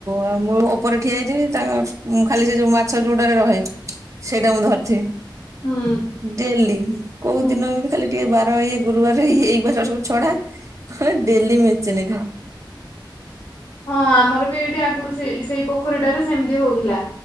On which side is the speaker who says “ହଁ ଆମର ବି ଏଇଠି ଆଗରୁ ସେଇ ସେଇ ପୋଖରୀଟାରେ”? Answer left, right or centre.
Left